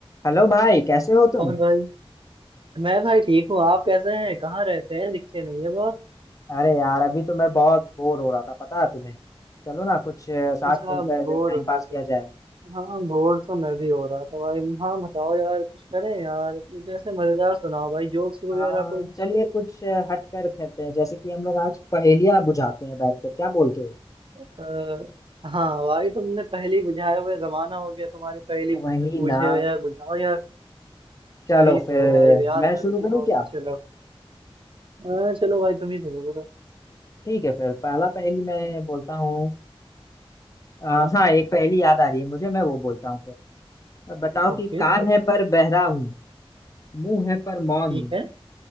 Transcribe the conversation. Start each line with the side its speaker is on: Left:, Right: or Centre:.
Left: हेलो भाई कैसे हो तुम
Right: और भाई मैं भाई ठीक हूँ आप कैसे हैं कहाँ रहते हैं दिखते नहीं है बहुत
Left: अरे यार अभी तो मैं बहुत बोर हो रहा था पता है तुम्हें चलो ना कुछ अ, साथ
Right: अच्छा
Left: मिलकर
Right: बोर
Left: टाइम
Right: हो
Left: पास
Right: गए थे
Left: किया जाए
Right: हाँ बोर तो मैं भी हो रहा था भाई हाँ बताओ यार कुछ करें यार कुछ ऐसे मजेदार सुनाओ भाई जोक्स वगैरह
Left: हाँ
Right: कुछ
Left: चलिए कुछ अ, हट कर करते हैं जैसे कि हम लोग आज पहेलियां बुझाते हैं बैठकर क्या बोलते हो
Right: आ, हाँ भाई तुमने पहली बुझाए हुए जमाना हो गया तुम्हारी पहली
Left: वही
Right: पूछे
Left: ना
Right: हुए यार बुझाओ यार
Left: चलो
Right: वही
Left: फिर
Right: तो भाई याद
Left: मैं
Right: आ रही
Left: शुरू
Right: थी
Left: करूँ
Right: बहुत
Left: क्या
Right: चलो हाँ, चलो भाई तुम ही सुनो करो
Left: ठीक है फिर पहला पहेली मैं बोलता हूँ अ,
Right: हाँ
Left: हाँ एक पहेली याद आ रही है मुझे मैं वो बोलता हूँ फिर बताओ
Right: ओके
Left: कि कान है पर बहरा हूँ मुंह है पर मौन
Right: ठीक
Left: हूँ
Right: है